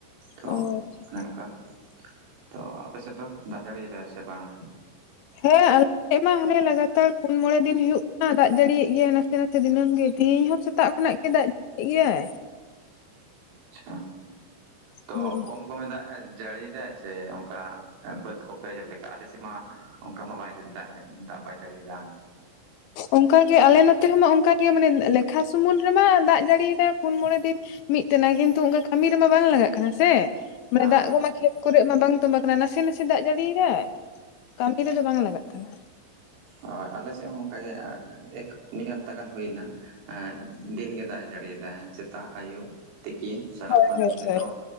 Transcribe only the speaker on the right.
ᱛᱚ
ᱚᱱᱮ ᱚᱝᱠᱟ᱾ ᱛᱚ ᱟᱯᱮ ᱥᱮᱫ ᱫᱚ᱾ ᱫᱟᱜ ᱡᱟᱹᱲᱤᱭ ᱫᱟᱭ ᱥᱮ ᱵᱟᱝᱟ?
ᱟᱪᱪᱷᱟ ᱛᱚ
ᱠᱚᱢ ᱠᱚᱢᱮ ᱫᱟᱜ ᱮᱸ ᱡᱟᱹᱲᱤᱭ ᱫᱟᱭ᱾ ᱥᱮ ᱚᱝᱠᱟ ᱵᱟᱹᱫᱽ ᱠᱚ ᱯᱮᱨᱮᱡᱚᱜᱽ ᱞᱮᱠᱟ᱾ ᱟᱞᱮᱥᱮᱜ ᱢᱟ ᱚᱝᱠᱟ ᱢᱟ ᱵᱟᱭ ᱫᱟᱜ ᱦᱮᱡ ᱫᱟᱜ ᱵᱟᱭ ᱡᱟᱹᱲᱤᱭᱫᱟ᱾
ᱦᱳᱭ
ᱦᱳᱭ ᱟᱞᱮ ᱥᱮᱜ ᱦᱚᱸ ᱚᱝᱠᱟ ᱜᱮ᱾ ᱫᱮᱠ ᱢᱤᱫ ᱦᱟᱯᱛᱟ ᱜᱟᱱ ᱦᱩᱭᱱᱟ᱾ ᱮᱸᱜ ᱫᱤᱱ ᱜᱮ ᱫᱟᱜ ᱮ ᱡᱟᱹᱲᱤᱭᱮᱫᱟ᱾ ᱥᱮᱛᱟᱜ, ᱟᱹᱭᱩᱵ, ᱛᱤᱠᱤᱱ, ᱥᱟᱨᱟ
ᱠᱷᱚᱱ
ᱜᱮᱦᱛᱚ